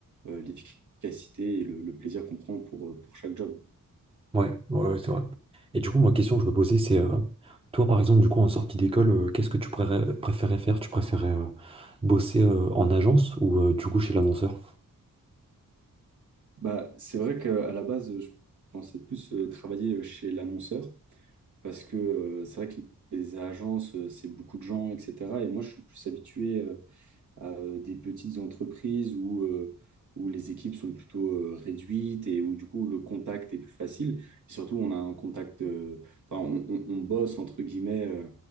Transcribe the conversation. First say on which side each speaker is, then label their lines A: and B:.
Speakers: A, on the right (about 60°); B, on the right (about 15°).
A: euh, l'efficacité et le, le plaisir qu'on prend pour, euh, pour chaque job.
B: Ouais, ouais, ouais, c'est vrai. Et du coup, ma question que je me posais, c'est, euh, toi, par exemple, du coup, en sortie d'école, euh, qu'est-ce que tu préférais, préférais faire? Tu préférais euh, bosser euh, en agence ou euh, du coup chez l'annonceur?
A: Bah, c'est vrai qu'à la base, je pensais plus euh, travailler chez l'annonceur parce que euh, c'est vrai que les agences, euh, c'est beaucoup de gens, etc. Et moi, je suis plus habitué euh, à euh, des petites entreprises où, euh, où les équipes sont plutôt euh, réduites et où du coup le contact est plus facile. Et surtout, on a un contact, euh, enfin, on, on- on bosse entre guillemets euh,